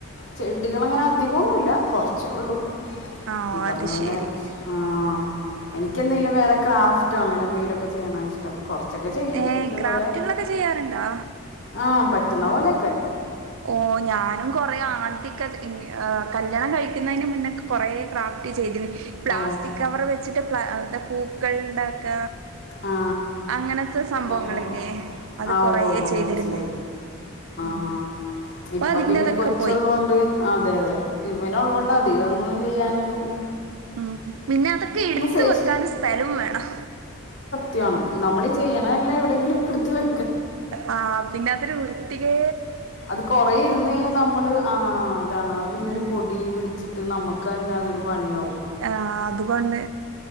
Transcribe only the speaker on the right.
ആ ഓ
അത്
ശരി
ഏ
ക്രാഫ്റ്റുകളൊക്കെ ചെയ്യാറുണ്ടോ
ഓ ഞാനും കൊറെ ആദ്യൊക്കെ കല്യാണം കഴി മുന്നക്കെ കുറേ ക്രാഫ്റ്റ് ചെയ്തി പ്ലാസ്റ്റിക്
കവർ വെച്ചിട്ട് പൂക്കൾ ഉണ്ടാക്ക
അങ്ങനത്തെ സംഭവങ്ങളില്ലേ
അത്
കൊറേ
ചെയ്തിരുന്ന്
ആഹ്
അതിന്റെ
അതൊക്കെ
പോയി
ഉം പിന്നെ അതൊക്കെ എടുത്ത
വെക്കാൻ സ്ഥലവും വേണം
ആ പിന്നെ അതൊരു വൃത്തിക-
അങ്ങനെ
ആ അതുകൊണ്ട്